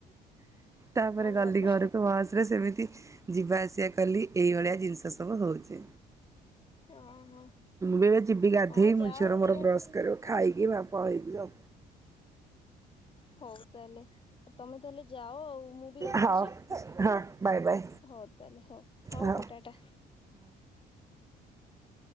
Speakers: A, on the right; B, on the left.
A: ତାପରେ
B: ହଁ ଭଲ
A: ଗଲି ଘରକୁ ବସରେ ସେମିତି ଯିବା ଆସିବା କଲି ଏଇଭଳିଆ ଜିନିଷ ସବୁ ହଉଛି।
B: ହଁ ହଁ
A: ମୁଁ ବି ଏବେ ଯିବି ଗାଧେଇ
B: ହଁ
A: ମୋ
B: ଯାହା
A: ଝିଅର
B: ହଉ ତମେ
A: ମୋର ବ୍ରସ କରିବୁ, ଖାଇକି କି ବାପ ହେଇଚି ଲୋ।
B: ହଉ ତାହେଲେ ଆଉ ତମେ ତାହେଲେ ଯାଅ ଆଉ ମୁଁ ବି ରଖୁଛି।
A: ହଉ ହଁ ହଁ ବାଏ ବାଏ
B: ହଉ ତାହେଲେ ହଉ
A: ହଁ
B: ହଉ ଟା ଟା।